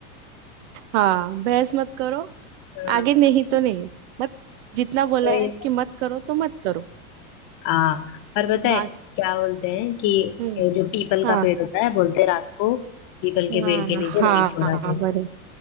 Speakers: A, on the right; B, on the left.
A: हाँ बहस मत करो
B: हाँ
A: आगे नहीं तो नहीं मत जितना बोला
B: कोई-
A: है कि मत करो तो मत करो
B: हाँ, और पता है
A: बाकी
B: क्या बोलते हैं कि
A: हम्म
B: ये जो पीपल का
A: हाँ
B: पेड़ होता है बोलते हैं रात को पीपल के
A: हाँ
B: पेड़ के नीचे नहीं सोना
A: हाँ
B: चाहिए
A: बरोबर